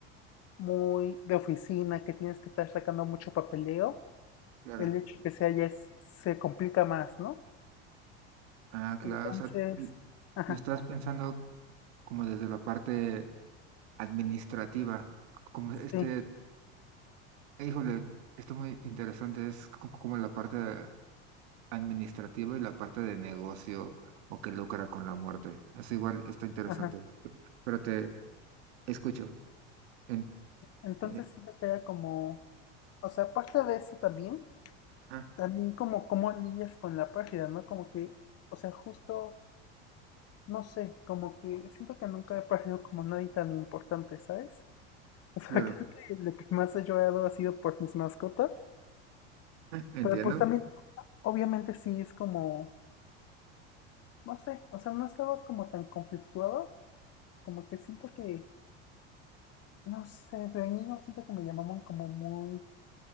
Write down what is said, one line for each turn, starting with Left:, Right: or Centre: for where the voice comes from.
Left: muy de oficina, que tienes que estar sacando mucho papeleo,
Right: Claro.
Left: el hecho que sea ya es- se complica más, ¿no?
Right: Ah, claro,
Left: Entonces,
Right: o sea, l-
Left: ajá,
Right: lo estás pensando como desde la parte administrativa, como este,
Left: sí,
Right: eh, híjole, está muy interesante, es co- como la parte administrativa y la parte de negocio o que lucra con la muerte. Eso igual está interesante.
Left: ajá.
Right: Pero te escucho. En,
Left: Entonces
Right: eh,
Left: siento que era como, o sea, aparte de eso también,
Right: ah,
Left: también como cómo lidias con la pérdida, ¿no? Como que, o sea, justo, no sé, como que siento que nunca he perdido como nadie tan importante, ¿sabes? <laughs> O sea,
Right: claro,
Left: creo que lo que más he llorado ha sido por mis mascotas,
Right: entiendo.
Left: pero pues también, obviamente sí es como, no sé, o sea, no estaba como tan conflictuado, como que siento que no sé, de niño siento que me llamaban como muy